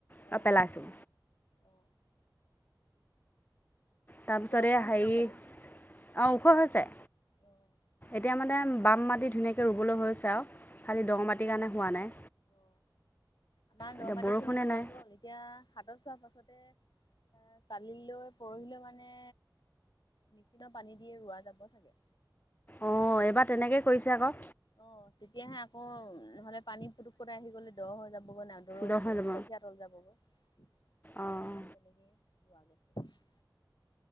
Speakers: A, on the left (about 70°); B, on the left (about 25°).
A: অ
B: বা পেলাইছোঁ।
A: অ'।
B: তাৰপিছতে
A: কঠীয়া ওখ
B: হেৰি
A: হৈছে চাগে
B: অঁ ওখ হৈছে।
A: অ'।
B: এতিয়া মানে বাম মাটি ধুনীয়াকৈ ৰুবলৈ হৈছে আৰু, খালী
A: অ
B: দ মাটিৰ কাৰণে হোৱা নাই।
A: অ আমাৰ দ
B: এতিয়া
A: মাটি
B: বৰষুণে
A: খিনি ৰোৱা
B: নাই
A: গ'ল, এতিয়া হাতত লোৱা পাছতে এ কালিলৈ পৰহিলৈ মানে মেচিনৰ পানী দিয়ে ৰোৱা যাব চাগে।
B: অঁ এইবাৰ তেনেকেই কৰিছে আকৌ।
A: অ' তেতিয়াহে আকৌ নহলে পানী পুটুককতে আহি গ'লে দ হৈ যাবগৈ না ৰ
B: দ
A: হেৰি
B: হৈ যাব
A: কঠীয়া তল যাবগৈ, সেইতো
B: অঁ
A: কাৰনেই তেনেকেই ৰোৱা গৈছে।